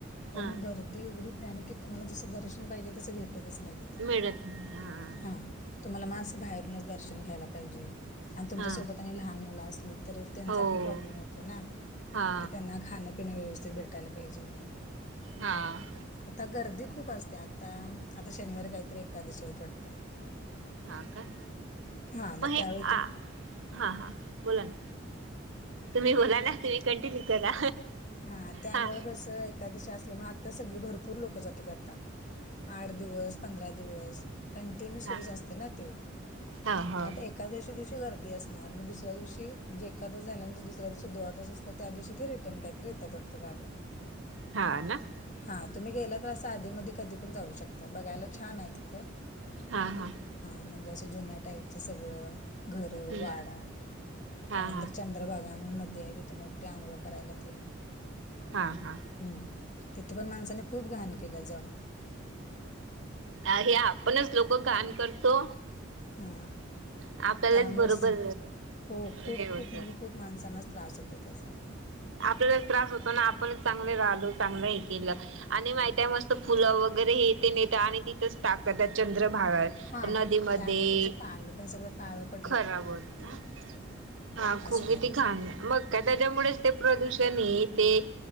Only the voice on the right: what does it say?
हा
मिळत नाही हा
हा
हो
हा
हां
हा का
मग हे
हा
हा बोला ना तुम्ही बोला ना तुम्ही कंटिन्यू करा.
हा
हा
हा हो
हा ना
हां हां
हम्म
हा
हा
हां हां
आरे आपणचं लोक घाण करतो.
आपल्यालाच
बरोबर
हे होत
आपल्याला त्रास होतो ना आपणच चांगले राहिलो चांगलं हे केलं आणि माहित आहे मस्त फुलं वगैरे हे ते नेत आणि तिथंच टाकतात त्या चंद्रभागा
नदीमध्ये
खराब होतं, हा खूप
कीती घाण मग काय त्याच्या मुळेच ते प्रदूषण हे ते